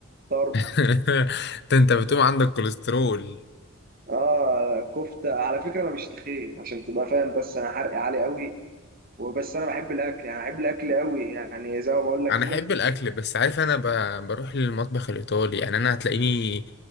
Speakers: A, on the right; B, on the left.
A: طرب
B: <laughs> ده أنت بتقوم عندك كوليسترول
A: اه كفته على فكره انا مش تخين عشان تبقى فاهم بس انا حرقي عالي قوي وبس انا بحب الاكل يعني بحب الاكل قوي يعني زي ما بقول لك
B: انا
A: كده
B: احب الاكل بس عارف انا ب... بروح للمطبخ الايطالي يعني انا هتلاقيني